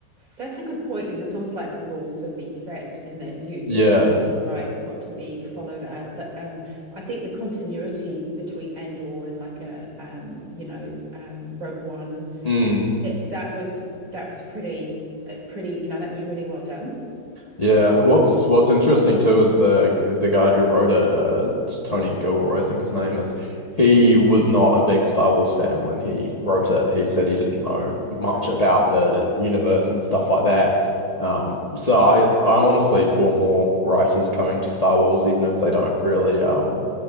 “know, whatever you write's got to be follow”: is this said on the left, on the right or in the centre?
Right